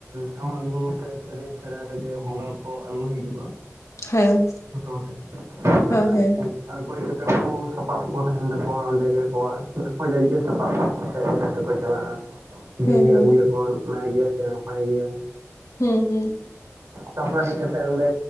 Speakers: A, on the right (about 85°); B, on the left (about 85°).
A: ᱴᱟᱢᱟᱠ ᱨᱩ ᱛᱮ ᱥᱮᱨᱮᱸᱧ ᱥᱮᱬᱟ ᱨᱮᱜᱮ ᱵᱚᱸᱜᱟ ᱠᱚ ᱟᱬᱜᱚ ᱦᱤᱡᱩᱜ-ᱟ᱾
B: ᱦᱮᱸ
A: ᱥᱚᱛᱢ ᱟᱛᱮᱫ <unintelligible>
B: ᱦᱮᱸ ᱦᱮᱸ
A: ᱟᱨ ᱚᱠᱚᱭ ᱠᱟ ᱠᱟᱛᱮ ᱩᱱᱠᱩ, ᱥᱟᱯᱟᱵ ᱠᱚ ᱛᱟᱦᱮᱸᱱ ᱛᱟᱠᱚᱣᱟ ᱚᱸᱰᱮ ᱜᱮ ᱟᱠᱚᱣᱟᱜ, ᱟᱠᱚᱣᱟᱜ ᱡᱟᱨ ᱡᱳᱨ᱾ ᱥᱟᱯᱟᱵ ᱥᱟᱵ ᱠᱟᱛᱮᱫ ᱜᱮ ᱡᱟᱦᱮᱨ ᱛᱮᱠᱚ ᱪᱟᱞᱟᱜ-ᱟ᱾ ᱡᱮ
B: ᱦᱮᱸ
A: ᱧᱮᱞ
B: ᱦᱮᱸ
A: ᱟᱹᱜᱩᱭᱟᱠᱚ ᱱᱟᱭ ᱜᱮᱭᱟ ᱥᱮ ᱱᱟᱯᱟᱭ ᱜᱮᱭᱟ᱾
B: ᱦᱮᱸ ᱦᱮᱸ᱾
A: ᱛᱟᱯᱚᱨᱮ ᱦᱮᱡ ᱠᱟᱛᱮᱜ ᱚᱸᱰᱮ,